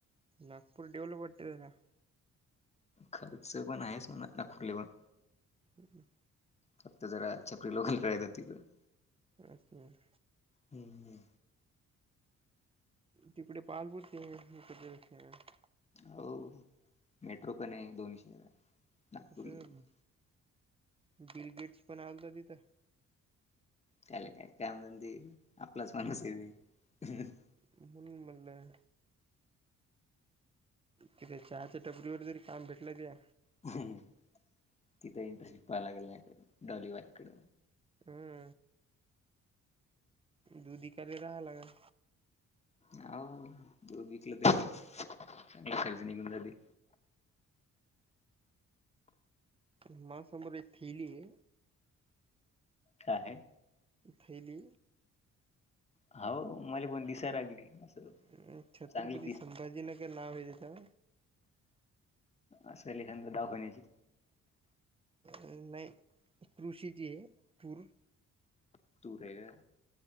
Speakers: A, on the right; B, on the left.
A: नागपूर डेवलप वाटते जरा.
B: खर्च पण आहेच म्हणा नागपुरेले पण.
A: हम्म.
B: फक्त जरा छपरी लोक राहतात तिकडं.
A: असणार.
B: हम्म.
A: तिकडे पालपुरते <unintelligible>
B: हो मेट्रो पण आहे दोन शहरात नागपूरला
A: कसं बिल गेट्स पनण आलता तिथं.
B: त्याला काय कामधंदे आपलाच माणुसं आहेे <unintelligible>
A: म्हणून म्हणलं. तिथे चाहाच्या टपरीवर जरी काम भेटलं त्या
B: तिथं इंटरव्ह्यू पहाय लागेल नाही तर डॉलीभाईंकड.
A: हम्म. दूध ईकायले रहाय लागन‌.
B: हो दूध विकलं तरी चांगला खर्च निघून जातील.
A: माझ्या समोर ‌एक थैली हे
B: काय आहे?
A: थैली
B: हाव मले पण दिसाय लागली. असं
A: अं छत्रपती
B: चांगली
A: संभाजी नगर नाव हे तेचा.
B: असंल एखानद्या दवाखान्याची.
A: नाही कृषीची आहे पूर
B: तू रेहर